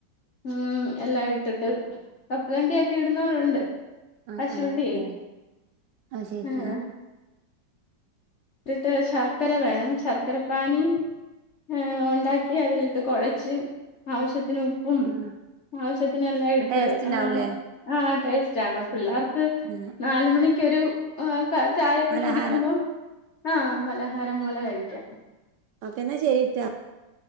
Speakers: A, on the left; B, on the right.
A: ഉം എല്ലാം ഇട്ടിട്ട് കപ്പലണ്ടിയാക്കി ഇടുന്നവരും ഉണ്ട്
B: ആഹ്
A: കശുവണ്ടിയെ
B: ആഹ് അത് ശരി
A: ആഹ് ഇട്ടിട്ട് ശർക്കര വേണം ശർക്കര പാനി ഏഹ് ഉണ്ടാക്കി അതിലിട്ട് കുഴച്ച് ആവശ്യത്തിനു ഉപ്പ് ഉം
B: ആഹ്
A: ആവശ്യത്തിനെല്ലാം ഇട്ട്
B: ടേസ്റ്റ് ഉണ്ടാവൂലേ
A: ആ ടേസ്റ്റ് ആണ് പിള്ളേർക്ക്
B: <unintelligible>
A: നാലുമണിക്കൊരു ചായൊക്കെ
B: പലഹാരം
A: കുടിക്കുമ്പോ ആഹ് പലഹരം പോലെ കഴിക്കാം
B: ഓക്കെന്നാ ശരിട്ടാ